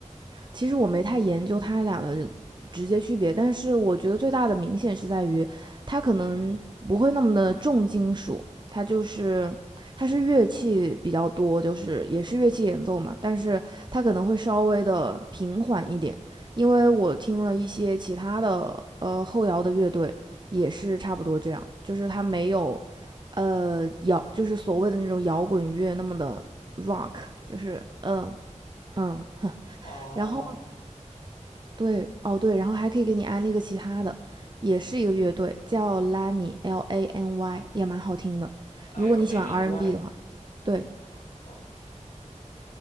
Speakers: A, on the right; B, on the left.
A: 其实我没太研究它俩的直接区别，但是我觉得最大的明显是在于，它可能不会那么的重金属，它就是它是乐器比较多，就是也是乐器演奏嘛，但是它可能会稍微的平缓一点，因为我听了一些其他的呃后摇的乐队也是差不多这样，就是它没有呃摇，就是所谓的那种摇滚乐那么的 rock，就是嗯嗯，<laughs>
B: 哦
A: 然后对，哦对，然后还可以给你安利个其他的，也是一个乐队，叫 Lany L A N Y，也蛮好听的。
B: ，L
A: 如果你喜欢
B: A N
A: R&B
B: Y。
A: n 的话，对，
B: 好的，